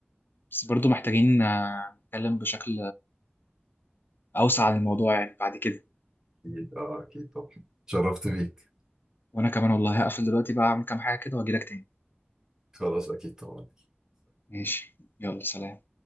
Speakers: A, on the left; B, on the right.
A: بس برضو محتاجين آه، نتكلم بشكل اوسع عن الموضوع يعني بعد كده
B: اكيد اه اكيد طبعا اتشرفت بيك
A: وانا كمان والله هقفل دلوقتي بقى اعمل كام حاجه كده واجي لك تاني
B: خلاص اكيد طبعا
A: ماشي يلا سلام